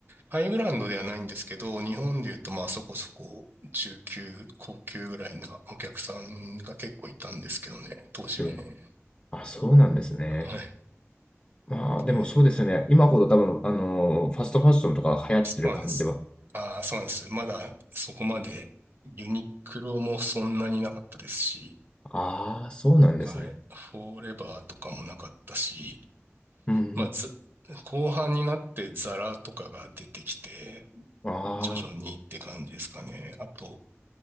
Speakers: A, on the right; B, on the left.
A: ハイブランドではないんですけど、日本で言うとまあそこそこ中級、高級ぐらいなお客さんが結構いたんですけどね、当時はね。
B: うん。あ、そうなんですね。
A: はい。
B: まあ、
A: で、
B: でもそうですよね。今ほど多分、あのーファストファッションとか流行ってる感じでは。
A: そうなんです。ああ、そうなんです。まだそこまでユニクロもそんなになかったですし、
B: ああ、そうなんですね。
A: はい。フォーレバーとかもなかったし、
B: うんうん。
A: まあ、ず、後半になってザラとかが出てきて、
B: あ
A: 徐々にって感じですかね。あと、